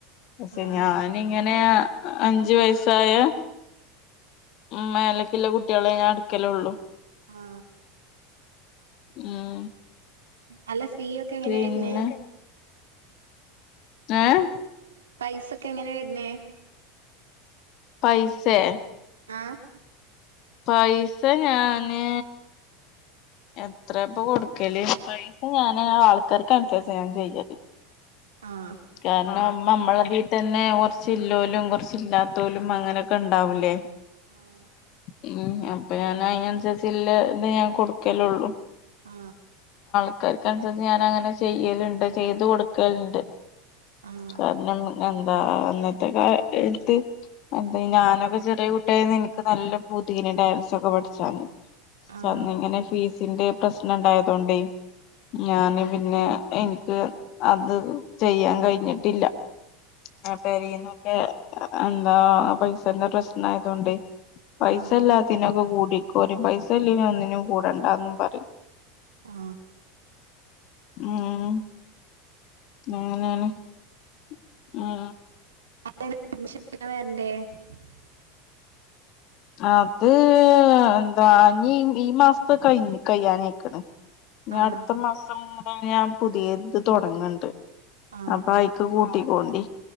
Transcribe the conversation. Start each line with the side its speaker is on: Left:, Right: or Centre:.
Left: പക്ഷെ
Right: ആഹ്
Left: ഞാനിങ്ങനെ അഞ്ചു വയസ്സായ ഉം മേലക്ക്ല്ലെ കുട്ട്യാളെ ഞാൻ ഇട് ക്കലൊള്ളു.
Right: ആ
Left: ഉം.
Right: അല്ല ഫീയൊക്കെ എങ്ങനെ
Left: പിന്നെ
Right: വെർനേ
Left: ഏഹ്
Right: പൈസൊക്കെ എങ്ങനെ വെർനേ
Left: പൈസേ
Right: ആഹ്
Left: പൈസ ഞാന് എത്രേപ്പ കൊട്ക്കല്? പൈസ ഞാന് ആൾക്കാർക്കൻസര്ച്ചാ ഞാൻ ചെയ്യല്.
Right: ആഹ്
Left: കാര്ണം മ്മ മ്മളീതന്നെ കൊർച്ച് ഇല്ലോല്ലും കുറച്ച് ഇല്ലാത്തോലും അങ്ങനെയൊക്കെ ഇണ്ടാവൂലേ
Right: ആഹ്
Left: ഉം അപ്പൊ ഞാനയ്നൻസര്ച്ചില്ലെ ഇതെ ഞാൻ കൊടുക്കലുള്ളു.
Right: ആ
Left: ആൾക്കാർക്കൻസര്ച്ച് ഞാനങ്ങനെ ചെയ്യല്ണ്ട് ചെയ്ത് കൊട്ക്കല്ണ്ട്
Right: ആഹ്
Left: കാരണം എന്താ അന്നത്തെ കാലത്ത് എന്ത ഞാനൊക്കെ ചെറിയ കുട്ട്യായെന്ന് എനിക്ക് നല്ല പൂത്യേനി ഡാൻസൊക്കെ പഠിച്ചാന്
Right: ആഹ്
Left: ച ഇങ്ങനെ ഫീസിന്റെ പ്രശ്നം ഇണ്ടായതോണ്ടേ ഞാന് പിന്നെ എനിക്ക് അത് ചെയ്യാൻ കഴിഞ്ഞിട്ടില്ല ഞാൻ പേരീന്നു പെ എന്താ പൈസന്റെ പ്രശ്നായതോണ്ടെ പൈസല്ലാത്തിനൊക്കെ
Right: ആഹ് ആഹ്
Left: കൂടിക്കോറിം പൈസല്ലേനൊന്നും കൂടണ്ടന്നും പറിം
Right: ആ
Left: ഉം അങ്ങനെണ് ഉം ആ
Right: അ അഡ്മിഷൻ <unintelligible>
Left: അത് എന്താ ഈ മാസത്തെ കഴി കഴ്യാനയിക്ക്ണ് ഞ്ഞ്
Right: ആഹ്
Left: അട്ത്ത മാസം മുതൽ ഞാൻ പുതിയ ഇത് തുടങ്ങ്ണ്ട്
Right: ആഹ്
Left: അപ്പയിക്ക് കൂട്ടിക്കോണ്ടി